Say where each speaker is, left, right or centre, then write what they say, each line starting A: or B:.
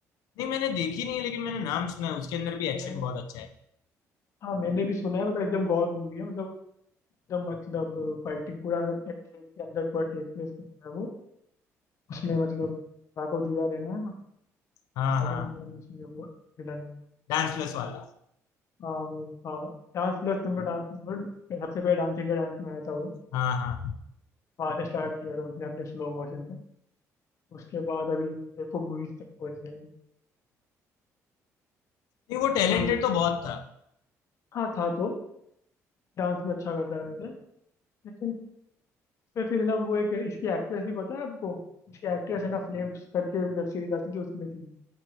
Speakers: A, on the left; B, on the left.
A: नहीं मैंने देखी नहीं है लेकिन मैंने नाम सुना है उसके अंदर भी एक्शन
B: मैंने
A: बहुत
B: भी-
A: अच्छा है
B: हाँ मैंने भी सुना है मतलब एकदम गौर मूवी है मतलब एकदम मतलब फाइटिंग पूरा मतलब एक ट्रेन के अंदर पूरा टेक प्लेस करता है वो उसमें मतलब राघव जुयाल है ना है ना
A: हाँ
B: राघव
A: हाँ
B: जुयाल है उसमें वो विलन
A: डांस प्लस वाला
B: हाँ वो हाँ डांस प्लस तुमने डांस सबसे पहले डांस इंडिया डांस में आया था वो
A: हाँ हाँ
B: वहाँ से स्टार्ट किया था उसने अपने स्लो मोशन उसके बाद अभी देखो मूवीज तक पहुंच गया है
A: नहीं वो टैलेंटेड
B: और
A: तो बहुत था
B: हाँ था तो डांस भी अच्छा करता है वैसे लेकिन फिर फिर ना वो एक इसकी एक्ट्रेस भी पता है आपको इसकी एक्ट्रेस है ना फ्लेम्स करके वेब सीरीज आती थी उसमें थी